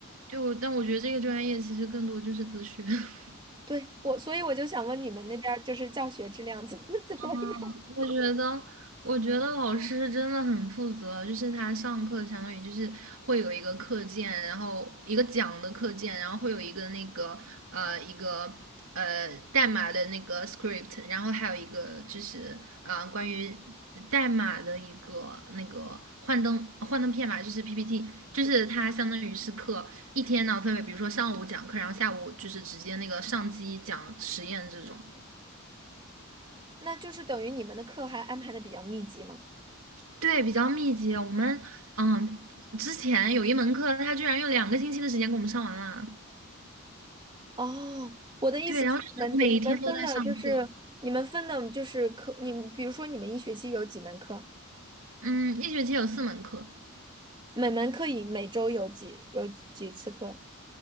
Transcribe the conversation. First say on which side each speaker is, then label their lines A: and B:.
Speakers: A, on the right; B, on the right.
A: 就但我觉得这个专业其实更多就是自学。<laughs>
B: 对，我，所以我就想问你们那边儿就是教学质量怎么 <laughs> 怎么样？
A: 嗯，我觉得，我觉得老师真的很负责，就是他上课相当于就是会有一个课件，然后一个讲的课件，然后会有一个那个呃一个呃代码的那个 script，然后还有一个就是呃关于代码的一个那个幻灯幻灯片吧，就是 PPT，就是他相当于是课一天呢分为，比如说上午讲课，然后下午就是直接那个上机讲实验这种。
B: 那就是等于你们的课还安排的比较密集吗？
A: 对，比较密集。我们嗯，之前有一门课，他居然用两个星期的时间给我们上完了。
B: 哦，我的意思是，
A: 对，然后就是每天都在上课。
B: 你们就你们分的就是你们分的就是课，你们比如说你们一学期有几门课，
A: 嗯，一学期有四门课。
B: 每门课以每周有几有几几次课？